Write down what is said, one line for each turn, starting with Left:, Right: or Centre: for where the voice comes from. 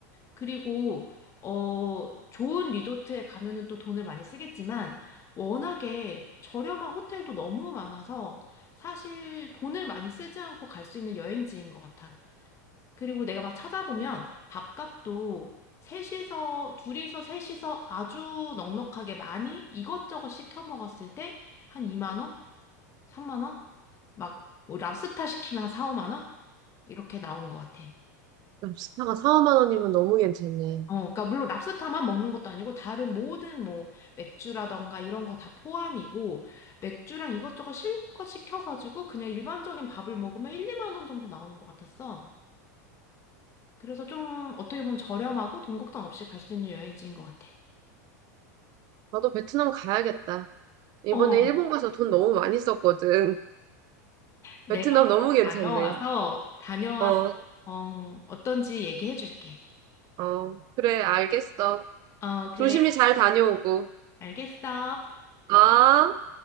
Left: 그리고, 어, 좋은 리조트에 가면은 또 돈을 많이 쓰겠지만, 워낙에 저렴한 호텔도 너무 많아서, 사실 돈을 많이 쓰지 않고 갈 수 있는 여행지인 것 같아. 그리고 내가 막 찾아보면 밥값도 셋이서, 둘이서 셋이서 아주 넉넉하게 많이 이것저것 시켜 먹었을 때 한 2만 원? 3만 원? 막, 뭐 랍스타 시키면 한 4, 5만 원? 이렇게 나오는 것 같아.
Right: 랍스타가 4, 5만 원이면 너무 괜찮네.
Left: 어, 그러니까 물론 랍스타만 먹는 것도 아니고 다른 모든 뭐 맥주라던가 이런 거 다 포함이고 맥주랑 이것저것 실컷 시켜가지고 그냥 일반적인 밥을 먹으면 1, 2만 원 정도 나오는 것 같았어. 그래서 좀 어떻게 보면 저렴하고 돈 걱정 없이 갈 수 있는 여행지인 것 같아.
Right: 나도 베트남 가야겠다. 이번에
Left: 어, 어,
Right: 일본 가서 돈 너무 많이 썼거든. <laughs>
Left: 내가
Right: 베트남
Left: 한번
Right: 너무 괜찮네.
Left: 다녀와서, 다녀와서,
Right: 어,
Left: 어, 어떤지 얘기해 줄게.
Right: 어, 그래, 알겠어.
Left: 어, 그래.
Right: 조심히 잘 다녀오고.
Left: 알겠어.
Right: 아.